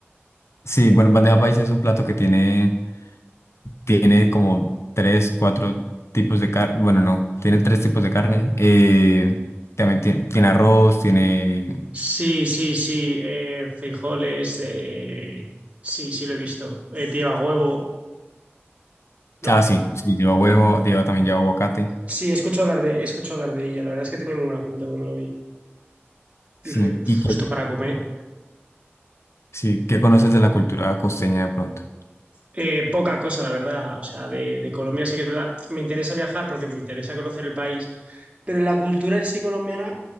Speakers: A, on the left; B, on the right.
A: Sí, bueno, bandeja paisa es un plato que tiene, tiene como tres, cuatro tipos de carne. Bueno, no, tiene tres tipos de carne. Eh, también tiene, tiene arroz, tiene...
B: Sí, sí, sí. eh, frijoles. eh, sí, sí, lo he visto. Eh, lleva huevo. No.
A: Ah, sí, sí, lleva huevo, lleva, también lleva aguacate.
B: Sí, escucho hablar de, escucho hablar de ella. La verdad es que tenía muy buena pinta cuando lo vi.
A: Sí,
B: Dije, uff,
A: ¿y qué,
B: esto para comer.
A: sí, qué conoces de la cultura costeña de pronto?
B: Eh, poca cosa, la verdad. O sea, de, de Colombia sé que es verdad. Me interesa viajar porque me interesa conocer el país. Pero en la cultura en sí colombiana,